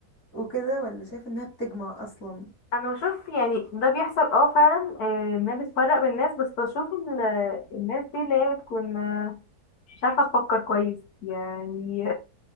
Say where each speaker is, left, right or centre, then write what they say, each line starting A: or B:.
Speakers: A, on the left; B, on the left.
A: وكده ولا شايف انها بتجمع اصلا
B: انا بشوف يعني ده بيحصل اه فعلا آه، انها بتفرق بين الناس بس بشوف ال- الناس دي اللي هي بتكون آه، مش عارفة تفكر كويس يعني